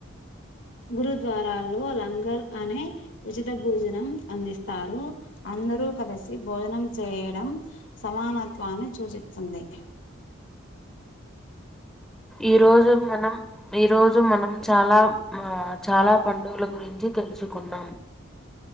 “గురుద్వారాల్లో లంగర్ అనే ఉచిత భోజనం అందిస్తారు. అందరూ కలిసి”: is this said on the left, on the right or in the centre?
Left